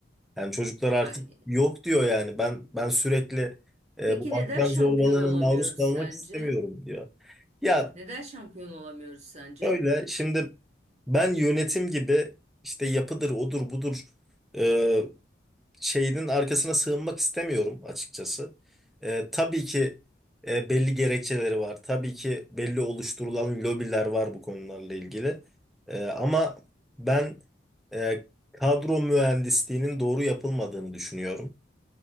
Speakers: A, in the centre; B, on the right (about 35°).
A: Yani çocuklar artık
B: Yani,
A: yok diyor yani. Ben ben sürekli e,
B: peki
A: bu akran
B: neden şampiyon
A: zorbalığına
B: olamıyoruz
A: maruz kalmak
B: sence?
A: istemiyorum diyor. Ya
B: Neden şampiyon olamıyoruz sence?
A: öyle şimdi Ben yönetim gibi işte yapıdır, odur, budur e, şeyinin arkasına sığınmak istemiyorum açıkçası. E, tabii ki e, belli gerekçeleri var. Tabii ki belli oluşturulan lobiler var bu konularla ilgili. E, ama ben e, kadro mühendisliğinin doğru yapılmadığını düşünüyorum.